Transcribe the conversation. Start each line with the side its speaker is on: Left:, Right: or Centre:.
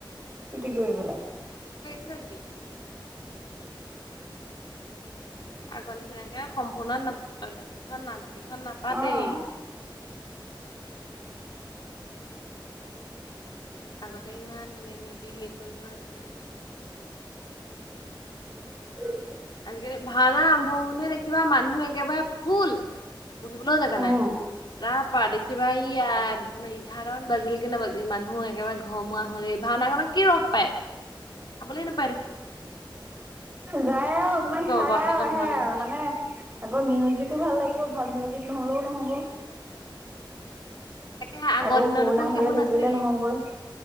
Right: টুটি গৈ পেলাই।
Left: সেইদিকি <unintelligible> আগ চিনাকে সম্পূৰ্ণ নাট <unintelligible> নাট খন নাপাতেই
Right: অ',
Left: আগতে ইমান ধুনীয়া ধুনীয়াকে হেৰি কৰিব আজিলে <unintelligible>
Right: <unintelligible>
Left: আজিকালি ভাওনা আৰম্ভ হওঁতে দেখিবা মানুহ একেবাৰে ফুল বহিবলৈও জেগা
Right: অ',
Left: নাই তাৰ পৰা দেখিবা এঘাৰটা বাজিল কি নাবাজিল মানুহ একেবাৰে ঘৰমুৱা হৈ ভাওনাখনত কি ৰস পায় খাবলে নাপায় দেখোন।
Right: যায় আৰু
Left: কি
Right: অকমান
Left: বুজি পাব
Right: চাই
Left: বাৰু
Right: আৰু
Left: সেইখন
Right: আহে
Left: ভাওনা
Right: আৰু
Left: চাই
Right: মানে আকৌ মিউজিক তোৰ ভাল লাগিব ভাল মিউজিক নহ'লেও নহ'ব।
Left: তাকে
Right: আগৰ
Left: দিনত
Right: পুৰণা
Left: দেখোন
Right: হিৰত
Left: সেইবোৰ
Right: হেৰি
Left: নাছিলেই
Right: কৰিলে নহবই